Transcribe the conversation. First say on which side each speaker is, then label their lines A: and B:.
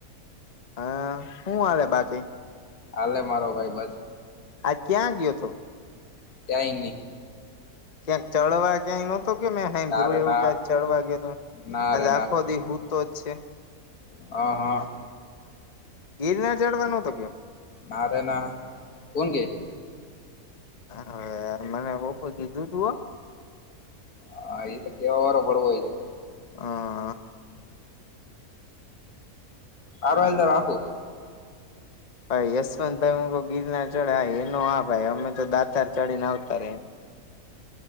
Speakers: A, on the left (about 35°); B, on the left (about 80°).
A: હા શું હાલે બાકી
B: હાલે મારો ભાઈ બસ
A: આ ક્યાં ગયો હતો.
B: ક્યા નઈ
A: ક્યાંક ચળવા ક્યાંય નો કે મેં હે
B: ના
A: પ્રભુ
B: રે
A: એવું
B: ના
A: કે ચડવા ગયો તો
B: ના
A: આજે
B: રે
A: આખો દી હું તો જ છે.
B: હ હા.
A: ગિરનાર ચડવા નતો ગયો.
B: નારે ના કોણ કે છે.
A: હવે મને બપોર કીધું તું હો
B: હા એ તો કેવા વારો ભડવો જોઈએ.
A: હા.
B: હારુ હાલ તો રાખું.
A: હા યશવંત ભાઈ હું ગીરના ચડે હ એનો આ ભાઈ અમે તો દાતાર ચડીને આવતા રયા